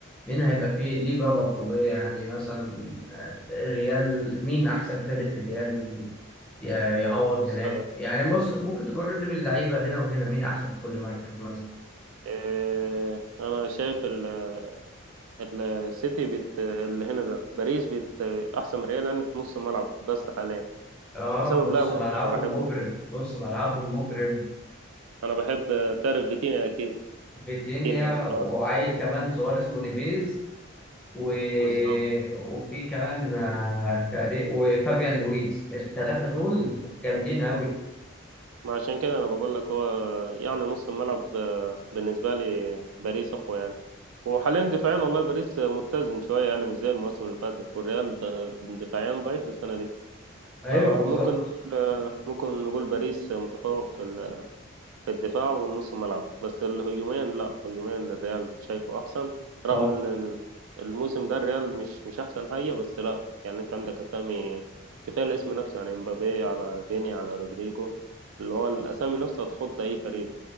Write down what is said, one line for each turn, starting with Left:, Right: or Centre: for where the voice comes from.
Centre: مين هيبقى فيه ليه بقى الأفضلية يعني مثلا آه، الريال مين أحسن فرقة في الريال ي- يعوض
Right: بص
Centre: هناك يعني بص ممكن تقارن باللعيبة هنا وهنا مين أحسن في كل مركز مثلا
Right: آه، انا شايف ال- السيتي بت اللي هنا ده باريس بت احسن من ريال لان في نص الملعب بس حاليا
Centre: اه
Right: بسبب
Centre: نص
Right: لاعب واحد
Centre: ملعبهم
Right: انا بحبه
Centre: مجرم نص ملعبهم مجرم
Right: انا بحب آه، تعرف فيتينيا اكيد
Centre: فيتينيا
Right: فيتينيا اللي
Centre: وعيل
Right: هو
Centre: كمان صغير اسمه نيفيز و...
Right: بالظبط
Centre: وفي كمان آه، تقريب- وفابيان لويس الثلاثة دول جامدين أوي
Right: ما عشان كده انا بقول لك هو يعني نص الملعب آه، بالنسبه لي باريس اقوى يعني وحاليا دفاعيا والله باريس آه، متزن شويه يعني مش زي الموسم اللي فاتت والريال ده- دفاعيا ضعيف السنه دي
Centre: ايوه
Right: فممكن
Centre: بالظبط
Right: نقول آه، ممكن نقول باريس آه، متفوق في ال- في الدفاع والنص الملعب بس الهجوميا لا هجوميا الريال شايفه احسن رغم
Centre: طب
Right: ان الموسم ده الريال مش مش احسن حاجه بس لا يعني انت عندك اسامي كفايه الاسم نفسه يعني مبابي على فيني على رودريجو اللي هو الاسامي نفسها تخض اي فريق